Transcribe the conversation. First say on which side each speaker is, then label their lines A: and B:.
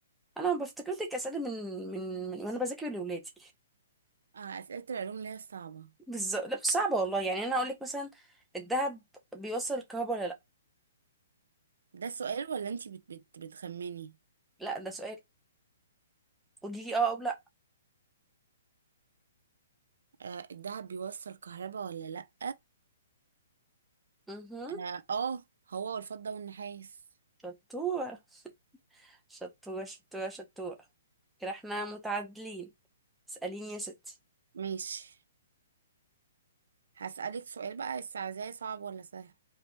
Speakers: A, in the centre; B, on the right (about 75°).
A: انا بفتكر لك اسئله من من من وانا بذاكر لاولادي
B: آه أسئلة العلوم اللي هي الصعبة
A: بالظبط لا مش صعبه والله يعني انا اقول لك مثلا الذهب بيوصل الكهرباء ولا لا
B: ده السؤال ولا انتي بت بت بتخمني
A: لا ده سؤال قولي لي اه او لا
B: آه الدهب بيوصل كهربا ولا لأ
A: اها
B: اه آه، هو والفضة والنحاس
A: شطوره <laughs> شطوره شطوره شطوره كده احنا متعادلين اساليني يا ستي
B: ماشي هسألك سؤال بقى بس عايزاه صعب ولا سهل